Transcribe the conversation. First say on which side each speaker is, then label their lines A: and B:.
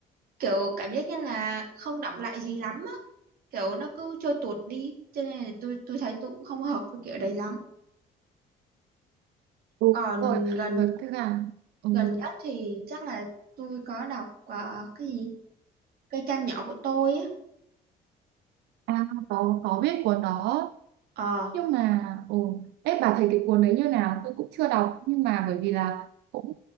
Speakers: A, on the right; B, on the right.
A: kiểu cảm giác như là không đọng lại gì lắm á kiểu nó cứ trôi tuột đi cho nên là tôi tôi thấy tôi cũng không hợp với kiểu đấy lắm
B: ừ, đúng
A: còn
B: rồi
A: gần
B: rồi cái là ừ.
A: gần nhất thì chắc là tôi có đọc ờ, cái gì cây cam nhỏ của tôi á
B: à có có biết cuốn đó
A: Ờ
B: nhưng mà ồ đấy bà thấy cái cuốn đấy như nào tôi cũng chưa đọc nhưng mà bởi vì là cũng